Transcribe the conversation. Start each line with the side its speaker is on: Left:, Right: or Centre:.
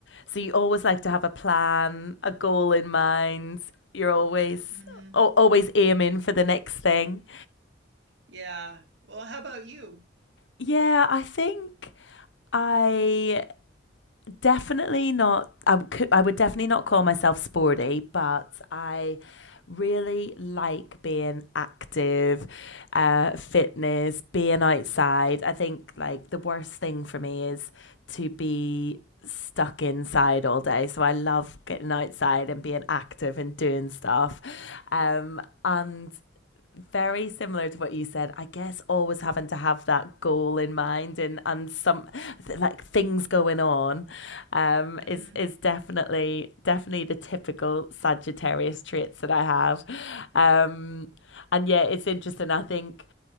Left: So you always like to have a plan, a goal in mind. You're always
Right: hmm
Left: al- always aiming for the next thing.
Right: Yeah. Well, how about you?
Left: Yeah, I think I definitely not I could I would definitely not call myself sporty, but I really like being active, uh, fitness, being outside. I think like the worst thing for me is to be stuck inside all day. So I love getting outside and being active and doing stuff. Um, and very similar to what you said. I guess always having to have that goal in mind and and some th- like things going on um,
Right: hmm
Left: is is definitely definitely the typical Sagittarius traits that I have. Um, and yeah, it's interesting. I think